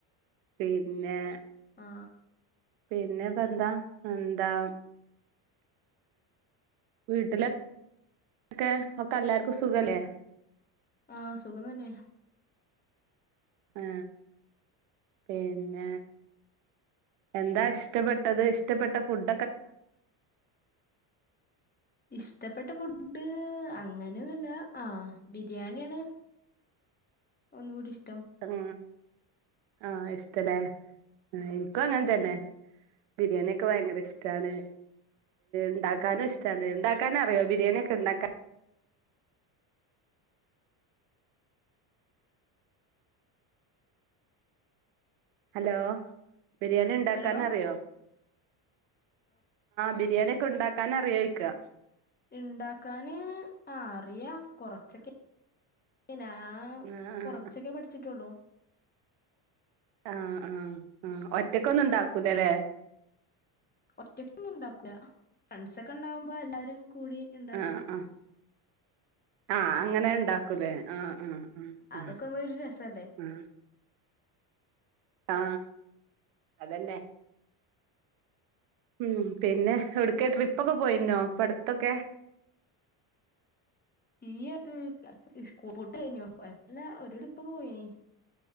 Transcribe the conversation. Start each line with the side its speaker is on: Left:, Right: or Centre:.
Right: പിന്നെ
Left: ആ
Right: പിന്നെപ്പന്താ എന്താ വീട്ടിലൊക്കെ ഒക്കെ എല്ലാർക്കും സുഖല്ലേ?
Left: ആ സുഖം തന്നെ
Right: ആ പിന്നെ എന്താ ഇഷ്ടപ്പെട്ടത് ഇഷ്ടപ്പെട്ട ഫുഡൊ
Left: ഇഷ്ടപ്പെട്ട ഫു ഡ്‌ അങ്ങനെന്നുല്ല ആ ബിരിയാണിയാണ് ഒന്നുകൂടി ഇഷ്
Right: തും ആ എസ് ഇഷ്ടലേ ആ ഇൻക്കും അങ്ങനെ തന്നെ ബിരിയാണിയെക്കെ ഭയങ്കര ഇഷ്ടാണ് ഉണ്ടാക്കാനും ഇഷ്ടാണ് ഉണ്ടാക്കാന് അറിയോ ബിരിയാണിക്കെ ഇണ്ടാക്കാ ഹലോ ബിരിയാണി ഉണ്ടാക്കാൻ
Left: ഹലോ
Right: അറിയോ ബിരിയാണിയൊക്കെണ്ടാക്കാൻ അറിയോയിക്കാ
Left: ഇണ്ടാക്കാന് ആ അറിയാം കൊറച്ചൊക്കെ <unintelligible> ഞാ
Right: ആഹ്
Left: കൊറച്ചൊക്കെ പഠിച്ച് ട്ടെള്ളൂ
Right: ആ ആആ ഒറ്റക്കൊന്നും ഉണ്ടാക്കൂലല്ലേ
Left: ഒറ്റക്ക് ഒന്നും ഉണ്ടാക്കൂല ഫ്രണ്ട്സ് ഒക്കെ ഉണ്ടാകുമ്പോ എല്ലാരും കൂടി ഇണ്ടാക്കും
Right: ആ ആ ആ അങ്ങനെ ഇണ്ടാക്കൂലേ ആ ആ ആ
Left: അതൊക്കെ
Right: ആ
Left: ഒന്നും ഒരു രസല്ലേ
Right: ആ ആ അതന്നേ ഉം പിന്നെ എവ്‌ട്ക്കേ ട്രിപ്പൊക്കെ പോയിന്നോ ഇപ്പ അടുത്തൊക്കെ
Left: ഈ അട്ത്ത് സ്കൂൾ പൂട്ടാലേനിയൊ കൊഴപ്പല്ല്യ ഒരു ട്രിപ്പൊക്ക പോയിനി